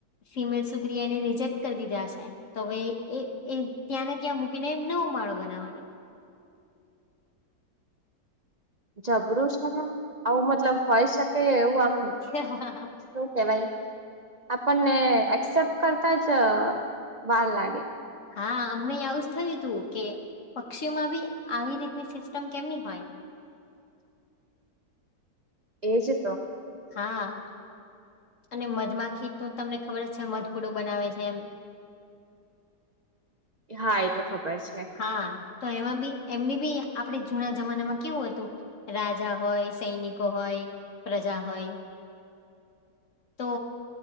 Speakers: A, on the left; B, on the right.
A: સિમલ સુગ્રિયા એને રિજેક્ટ કરી દીધા છે હવે એ એ ત્યાં ને ત્યાં મૂકીને એમ ન માળો બનાવાનો.
B: <inaudible> જબરું છે ને આવું મતલબ હોય શકે એવું
A: હ હ.
B: શું કેવાય આપણને એક્સેપ્ટ કરતા જ વાર લાગે.
A: હા અમને આવવુંજ થયું તું કે પક્ષીઓમાં બી આવી રીતની સિસ્ટમ કેમની હોય.
B: <inaudible> એજ તો
A: હા. અને મધમાખી તમને ખબર જ છે મધપૂડો બનાવે છે એમ
B: હા એ તો ખબર છે.
A: હા તો એમાં બી એમને બી આપણે જુના જમાનામાં કેવું હતું રાજા હોય સૈનિકો હોય પ્રજા હોય
B: <inaudible>
A: તો